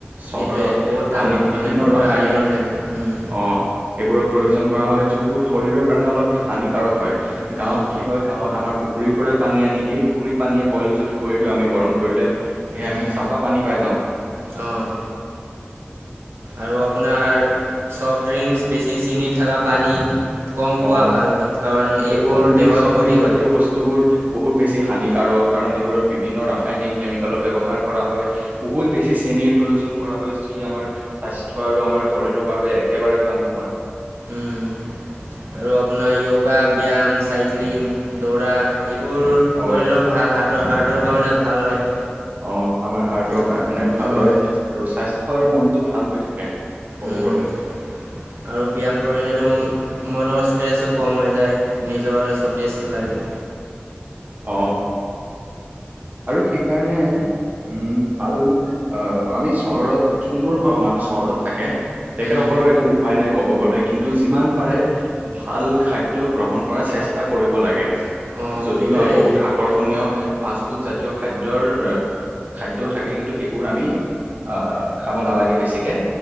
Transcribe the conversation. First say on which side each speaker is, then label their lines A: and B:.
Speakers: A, on the right; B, on the right.
A: চহৰত
B: এইটোৱে বহুত টান
A: পানীত
B: কথা
A: বিভিন্ন
B: মানে বহুত
A: ৰাসায়নিক
B: আইৰণ থাকে হুম
A: আহ এইবোৰৰ প্ৰয়োজন কৰা। হয় যুনবোৰ শৰীৰৰ কাৰনে অলপ হানী কাৰক হয়
B: হুম
A: গাঁৱত কি হয় গাৱত আমাৰ পুখুৰী পুখুুৰীৰ পৰাই পানী আনি সেই পখুৰী পানীয়ে বইল যদি কৰি দিওঁ আমি গৰম কৰিলে। সেয়
B: হুম
A: আমি চাফা পানী পাই যাওঁ
B: অঁ আৰু আপোনাৰ চফ্ট ড্ৰিংকছ বেছি চিনিত থকা পানী কম খোৱা
A: অ
B: ভাল হয় কাৰণ এইবোৰ
A: এই কল্ড ড্ৰিংক
B: দেহত
A: চফ্ট
B: ক্ষতি
A: ড্ৰিংক
B: কৰে
A: জাতীয় বস্তুবোৰ বহুত বেছি হানিক কাৰক কাৰণ এইবোৰত বিভিন্ন ৰাসায়নিক কেমিকেলৰ ব্যৱহাৰ কৰা হয় বহুত বেছি চেনীৰ প্ৰয়োজন কৰা। যি আমাৰ স্বাস্থ্য আৰু আমাৰ শৰীৰৰ বাবে একেবাৰে ভাল নহয়।
B: উ আৰু আপোনাৰ য়োগা ব্যায়াম চাইক্লিং দৌৰা এইবোৰ
A: অ
B: কৰিলেও ভাল হাৰ্টৰ হাৰ্টৰ কাৰণে ভাল হয়।
A: অ আমাৰ হাৰ্টৰ
B: তা-
A: কাৰণে ভাল
B: উম,
A: হয় আৰু স্বাস্থ্য আৰু মনটো ভাল হৈ থাকে ক'ব
B: আৰু
A: গ'লে
B: ব্যায়াম কৰিলেতো মনৰ ষ্ট্ৰেছো কম হৈ যায় নিজৰ সতেজটো লাগে।
A: অ আৰু সেইকাৰণে উম ভাল আহ আমি চহৰত যোনবোৰ হ মানুহ চহৰত থাকে। তেখেতসকলৰ
B: উম,
A: একো উপায় নাই। ক'ব গ'লে কিন্তু যিমান পাৰে ভাল খাদ্যয় গ্ৰহণ কৰাৰ চেষ্টা কৰিব লাগে।
B: অঁ
A: যদিও
B: সেইটোৱে
A: আৰু বহুত আকৰ্ষণীয় ফ খাদ্যৰ খাদ্যও থাকে কিন্তু সেইবোৰ আমি আহ খাব নালাগে বেছিকে।